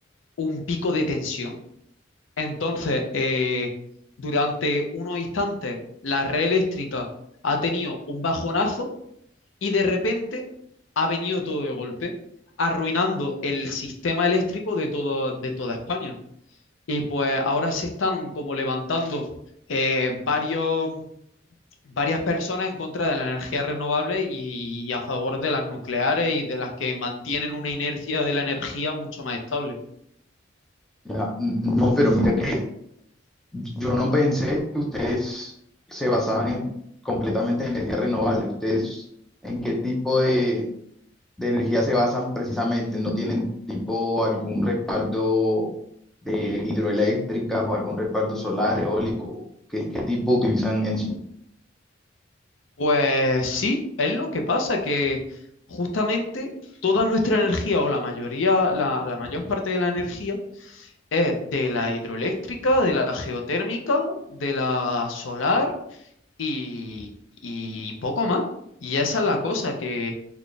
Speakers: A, on the left (about 80°); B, in the centre.
A: un pico de tensión Entonces, eh, durante unos instantes, la red eléctrica ha tenido un bajonazo y de repente ha venido todo de golpe, arruinando el sistema eléctrico de todo, de toda España. Y pues ahora se están como levantando eh, varios, varias personas en contra de la energía renovable y a favor de las nucleares y de las que mantienen una inercia de la energía mucho más estable.
B: Ya, n- no, pero mira que yo no pensé que ustedes se basaban en- completamente en energía renovable. ¿Ustedes en qué tipo de, de energía se basan precisamente? ¿No tienen tipo algún respaldo de hidroeléctricas o algún respaldo solar, eólico? ¿Qué, qué tipo utilizan en sí?
A: Pues sí, es lo que pasa, que justamente toda nuestra energía o la mayoría, la, la mayor parte de la energía es de la hidroeléctrica, de la geotérmica, de la solar y, y poco más. Y esa es la cosa, que